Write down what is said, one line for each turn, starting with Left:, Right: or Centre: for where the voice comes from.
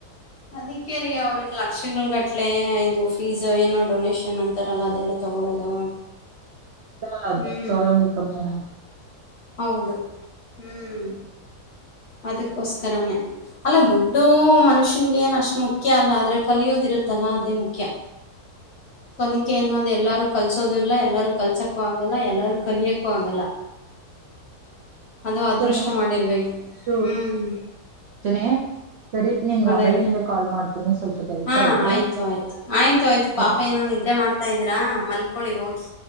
Left: ಅದಕ್ಕೆೇ ರೀ ಅವ್ರಿಗೆ ಲಕ್ಷಗಳಗಟ್ಲೆ ಇದು ಫೀಸು ಏನೋ ಡೊನೇಷನ್ ಅಂತಾರಲ್ಲ ಅದೆಲ್ಲ <unintelligible>
Right: ಸಾ ಹದಿನೈದು
Left: ಹ್ಮ್
Right: ಸಾವಿರ ಅಂದ್ರೆ ಕಮಿನ
Left: ಹೌದು ಹ್ಮ ಅದಕ್ಕೋಸ್ಕರನೇ ಅಲ್ಲ ದುಡ್ಡು ಮನುಷ್ಯನ್ಗೆ ಏನು ಅಷ್ಟು ಮುಖ್ಯ ಅಲ್ಲ ಆದ್ರೆ ಕಲಿಯೋದಿರುತ್ತಲ್ಲ ಅದೇ ಮುಖ್ಯ
Right: <inaudible>
Left: ಕಲಿಕೆ ಅನ್ನೋದು ಎಲ್ಲಾರು ಕಲ್ಸೋದ ಇಲ್ಲ ಎಲ್ಲಾರು ಕಲ್ಸಕ್ಕೂ ಆಗಲ್ಲ ಎಲ್ಲಾರೂ ಕಲಿಯಕ್ಕೂ ಆಗಲ್ಲ ಅದು ಅದೃಷ್ಟ
Right: ಸರ್
Left: ಮಾಡಿರ್ಬೇಕು
Right: ನೋಡು
Left: ಹ್ಮ್
Right: <unintelligible> ಸರಿ ನಿಂಗ್
Left: ಅದೇ
Right: ಆಮೇಲಿಂದ
Left: ಅದೇ
Right: ಕಾಲ್ ಮಾಡ್ತೀನಿ ಸ್ವಲ್ಪ ಕೆಲ್ಸ
Left: ಹಾ
Right: ಐತೆ
Left: ಆಯ್ತು ಆಯ್ತು ಆಯ್ತು ಆಯ್ತು
Right: ಸರಿ
Left: ಪಾಪ ಏನೊನ್ ನಿದ್ದೆ ಮಾಡ್ತಾ ಇದ್ರಾ ಮಲ್ಕೊಳ್ಳಳಿ ಹೋಗಿ